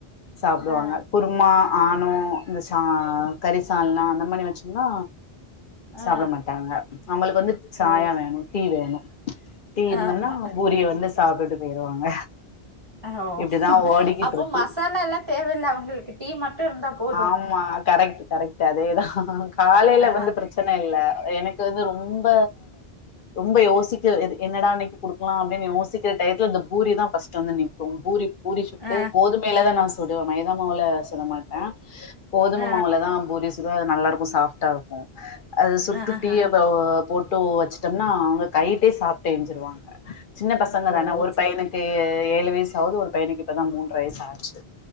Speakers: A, on the left (about 55°); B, on the right (about 25°).
A: சாப்டுவாங்க
B: ஆ
A: குருமா ஆணோ இந்த சா கறிசால்னா அந்த மாரி வச்சம்ன்னா சாப்ட
B: ஆ
A: மாட்டாங்க அவுங்களுக் வந்து சாயா
B: ஓ
A: வேணு டீ வேணு டீ இருந்தோன்னா
B: ஆமா
A: பூரிய வந்து சாப்ட்டுட்டு போயிருவாங்க
B: ஓ
A: இப்டிதா ஓடிக்கிட்டு
B: அப்போ
A: இருக்கு
B: மசாலால்லா தேவல்ல அவங்களுக்கு டீ மட்டு இருந்தா போது
A: ஆமா கரெக்ட் கரெக்டு அதேதா காலேல
B: ஆ
A: வந்து பிரச்சன இல்ல எனக்கு வந்து ரொம்ப ரொம்ப யோசிக்க எது என்னடா இன்னைக்கு குடுக்லா அப்டின் யோசிக்கிற டையத்ல இந்த பூரிதா ஃபஸ்ட் வந்து நிக்கு பூரி பூரி சுட்டு
B: ஆ
A: கோதுமைல தா நா சுடுவே மைதா மாவுல சுட மாட்டே கோதும
B: ஆ
A: மாவுலதா பூரி சுட நல்லா இருக்கு சாஃப்டா இருக்கு அது சுட்டு
B: ஆஹா
A: டீய போ போட்டு வச்சுட்டம்னா அவ்ங்க கைட்டே சாப்ட்டு எஞ்சிருவாங்க சின்ன பசங்க
B: ஓ
A: தானே ஒரு
B: சே
A: பையனு க்கு ஏழு வயசு ஆவுது ஒரு பையனுக்கு இப்பதா மூன்ற வயசு ஆச்சு